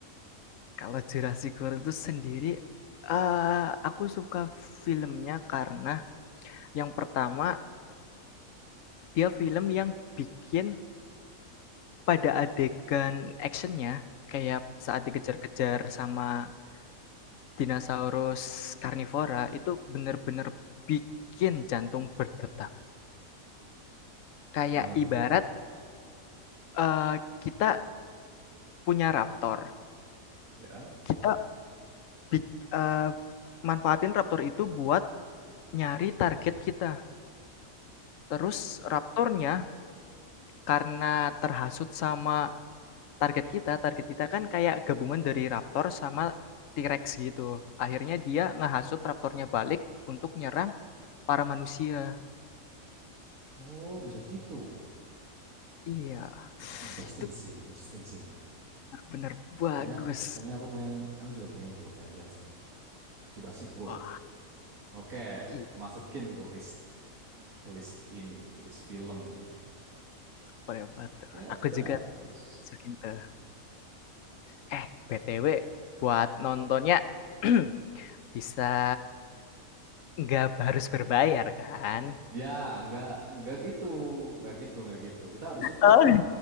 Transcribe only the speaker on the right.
Gimana tuh?
Ya.
Oh, bisa gitu.
Wah, interesting
sih, interesting sih, Liv.
Kayaknya kayaknya aku pengen aku juga pengen tuh, pengen lihat sumpah. Jurassic World.
Oke,
masukin ke list ke list ini, ke list film nih.
Ya
bagus.
Ya, nggak nggak gitu, nggak gitu, nggak gitu. Kita harus support
ya.